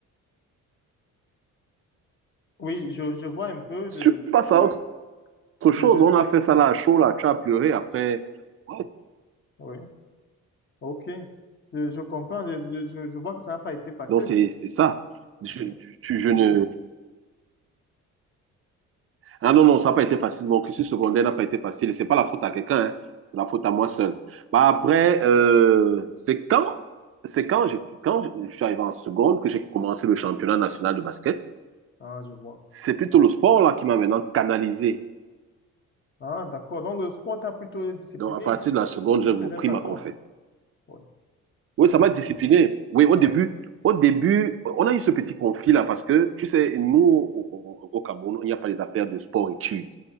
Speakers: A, on the left; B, on the right.
A: Oui, je, je vois un peu,
B: Si
A: je,
B: tu passes
A: je,
B: à autre
A: je,
B: chose,
A: je, je-
B: on a fait ça là à chaud, là, tu as pleuré après. Ouais,
A: oui, ok. Je, je comprends, je, je, je je vois que ça n'a pas été facile.
B: non, c'est c'est ça. Je,
A: Oui,
B: je, je ne. Ah non, non, ça n'a pas été facile. Mon cursus secondaire n'a pas été facile. Et ce n'est pas la faute à quelqu'un, hein. c'est la faute à moi seul. Bah,
A: oui.
B: après, euh, c'est quand, c'est quand, j'ai- quand je suis arrivé en seconde que j'ai commencé le championnat national de basket.
A: Ah, je vois.
B: C'est plutôt le sport là qui m'a maintenant canalisé.
A: Ah, d'accord. Donc, le sport t'a plutôt discipliné,
B: Donc, à partir de la seconde,
A: d'une
B: j'ai repris
A: certaine façon.
B: ma conférence.
A: Oui,
B: Oui, ça m'a discipliné. Oui, au
A: ouais
B: début, au début, on a eu ce petit conflit-là parce que, tu sais, nous, au, au- au Cameroun, il n'y a pas les affaires de sport-études,